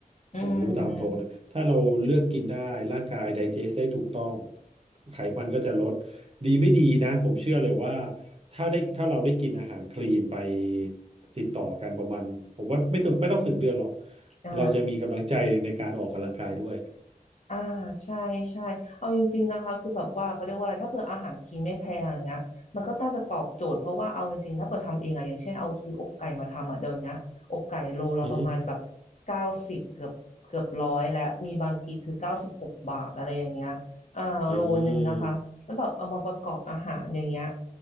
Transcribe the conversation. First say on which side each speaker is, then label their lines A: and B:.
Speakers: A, on the left; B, on the right.
A: อืม
B: ผมรู้ตามตรงนะถ้าเราเลือกกินได้ร่างกายไดเจสได้ถูกต้องไขมันก็จะลดดีไม่ดีนะผมเชื่อเลยว่าถ้าได้ถ้าเราได้กินอาหารคลีนไปติดต่อกันประมาณผมว่าไม่ต้องไม่ต้องถึงเดือนหรอก
A: อ่า
B: เราจะมีกำลังใจในการออกกำลังกายด้วย
A: อ่าใช่ใช่เอาจริงๆนะคะคือแบบว่าเขาเรียกว่าอะไรถ้าเปิดอาหารคลีนไม่แพงอย่างเงี้ยมันก็น่าจะตอบโจทย์เพราะว่าเอาจริงๆถ้าเปิดทำเองอะอย่างเช่นเอาซื้ออกไก่มาทำอะเดี๋ยวเนี้ยอกไก่โลละประมาณแบบเก้าสิบเกือบเกือบร้อยและมีบางทีคือเก้าสิบหกบาทอะไรอย่างเงี้ยอ่าโลนึงนะคะแล้วแบบเอามาประกอบอาหารอย่างเงี้ย
B: อือฮึอืม